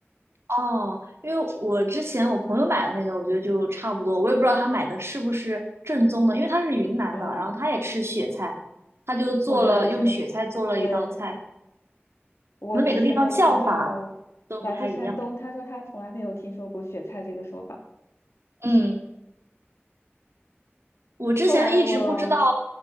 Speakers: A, on the right; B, on the left.
A: 哦，因为我之前我朋友买的那个，我觉得就差不多。我也不知道他买的是不是正宗的，因为他是云南的，
B: 哦。
A: 然后他也吃雪菜，他就做了用雪菜做了一道菜，
B: 我觉得是。对，我之前的朋友来自山东，
A: 可能每个地方叫法都不太一样。
B: 他说他从来没有听说过雪菜这个说法。
A: 嗯。我之前一直不知道，
B: 后来我，